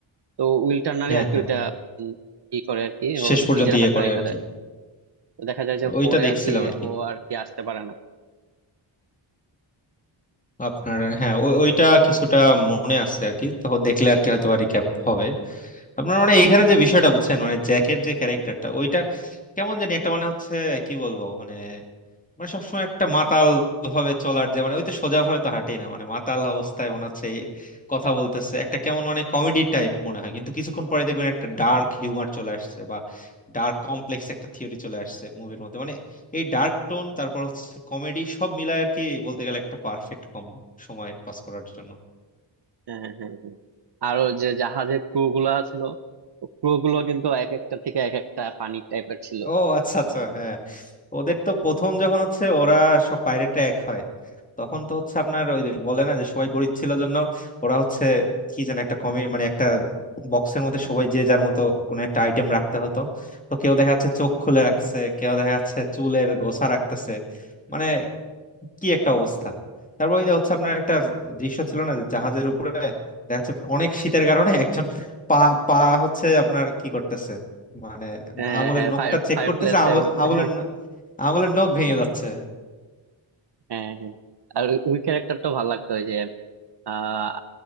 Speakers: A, on the right (about 55°); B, on the left (about 15°).
A: তো উইল টার্নারই
B: হ্যাঁ
A: আর কি
B: হ্যাঁ
A: ওইটা উম, ই করে আর কি
B: শেষ
A: ওর
B: পর্যন্ত
A: নিজের
B: ইয়ে
A: হাড়টা
B: করে
A: রেখে
B: আর কি
A: দেয় তো দেখা যায় যে
B: ওইটা
A: পরে
B: দেখছিলাম
A: আর কি
B: আর কি
A: ও আর কি আসতে পারে না
B: আপনার হ্যাঁ ওই- ওইটা কিছুটা মনে আছে আর কি তো দেখলে আর কি হয়তো আর রিক্যাপ হবে আপনার মানে এখানে যে বিষয়টা বুঝছেন মানে জ্যাকের যে ক্যারেক্টারটা ওইটা কেমন জানি একটা মানে হচ্ছে কি বলবো মানে মানে সবসময় একটা মাতাল ভাবে চলার যে মানে ওই তো সোজা ভাবে তো হাঁটেই না মানে মাতাল অবস্থায় মনে হচ্ছে এই কথা বলতেছে একটা কেমন মানে কমেডি টাইপ মনে হয় কিন্তু কিছুক্ষণ পরে দেখবেন একটা ডার্ক হিউমার চলে আসছে বা ডার্ক কমপ্লেক্স একটা থিওরি চলে আসছে মুভির মধ্যে মানে এই ডার্ক টোন তারপর হচ্ছে কমেডি সব মিলায় আর কি বলতে গেলে একটা পারফেক্ট কম সময় পাস করার জন্য
A: হ্যাঁ হ্যাঁ হ্যাঁ হ্যাঁ। আরো যে জাহাজের ক্রু গুলা ছিল ক্রু গুলো কিন্তু এক একটা থেকে এক একটা ফানি টাইপের ছিল
B: ও আচ্ছা আচ্ছা হ্যাঁ ওদের তো প্রথম যখন হচ্ছে ওরা সব পাইরেটরা এক হয় তখন তো হচ্ছে আপনার ওই যে বলে না যে সবাই গরিব ছিল জন্য ওরা হচ্ছে কি যেন একটা কমি মানে একটা বক্সের মধ্যে সবাই যে যার মতো কোনো একটা আইটেম রাখতে হতো তো কেউ দেখা যাচ্ছে চোখ খুলে রাখছে কেউ দেখা যাচ্ছে চুলের গোছা রাখতেছে মানে কি একটা অবস্থা তারপর ওই যে হচ্ছে আপনার একটা দৃশ্য ছিল না যে জাহাজের উপরে দেখা যাচ্ছে অনেক শীতের কারণে একজন পা পা হচ্ছে আপনার কি করতেছে মানে
A: হ্যাঁ
B: আঙুলের
A: হ্যাঁ
B: নখটা
A: ফায়ার
B: চেক
A: ফায়ার
B: করতেছে
A: প্লেসের
B: আঙুল-
A: মধ্যে
B: আঙুলের ন- আঙুলের নখ ভেঙে যাচ্ছে
A: হ্যাঁ হ্যাঁ আর ওই ক্যারেক্টারটা ভালো লাগতো ওই যে আহ